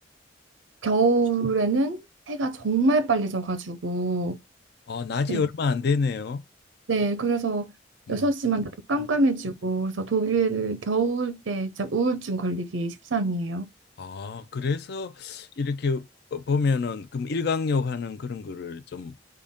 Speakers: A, on the right; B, on the left.
A: 겨울에는 해가 정말 빨리 져가지고
B: 아, 낮이
A: 그래
B: 얼마 안 되네요.
A: 네 그래서
B: 음.
A: 6시만 돼도 깜깜해지고
B: 음.
A: 그래서 독일 겨울 때 진짜 우울증 걸리기 십상이에요.
B: 아, 그래서 이렇게 어, 보면은 그럼 일광욕 하는 그런 거를 좀